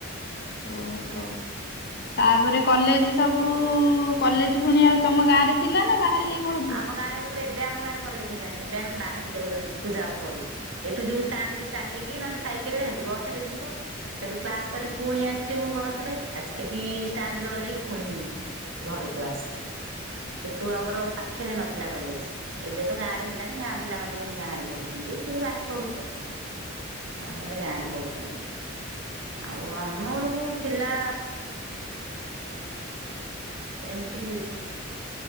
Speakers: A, on the left; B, on the right.
A: ଓହୋ। ତାପରେ କଲେଜ ସବୁ କଲେଜ ପୁଣି ଆଉ ତମ ଗାଁ ରେ ଥିଲା ନା ବାହାରେ ଯାଇକି ପଢୁଥିଲ?
B: ଆମ ଗାଁରେ ହେତେବେଳକୁ ଏବେ ଆମ ଗାଁରେ କଲେଜ ହେଲାଣି ହେବେ ଆମେ ବା ହରକୁ ଯାଉ ପଢି ଏଠୁ ଯିବୁ ଷ୍ଟାଣ୍ଡକୁ ଚାଲିକି ନହଲେ ସାଇକେଲରେ ହେଠୁ ବସ ରେ ଯିବୁ। ସେଠୁ କ୍ଲାସ କରିକି ପୁଣି ଆସିବୁ ବସରେ। ଆସିକି ଏଠି ଷ୍ଟାଣ୍ଡ ରେ ଓହ୍ଲେଇକି ପୁଣି ଘରକୁ ଆସୁ। ସେଠୁ ଆମର ପା ଖରେ ନଥିଲା କଲେଜ ଏବେ ତ ଗାଁ ରେ ହେଲାଣି ଗାଁ ପିଲାମାନୋନ ଗାଁରେ ପଢୁଛନ୍ତି କିଏ ବାହାରେ ପଢୁଛି। ଆଙ୍ଗଳେ ପଢ଼ୁଚନ୍ତି। ଆଉ ଆମ ବେଳକୁ ଥିଲା ଏମିତି